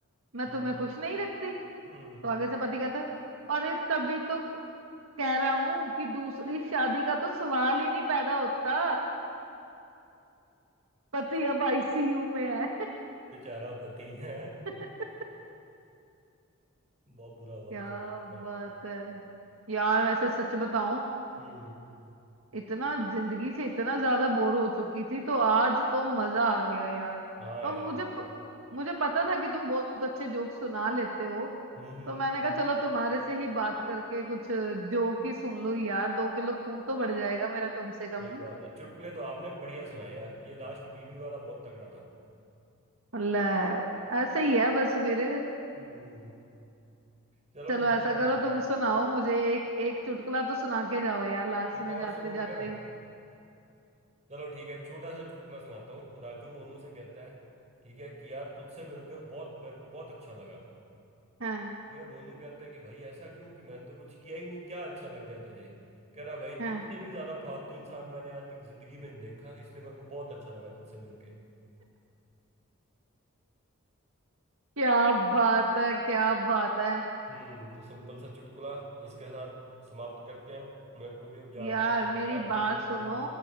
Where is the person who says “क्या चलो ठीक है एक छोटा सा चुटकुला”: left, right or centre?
Right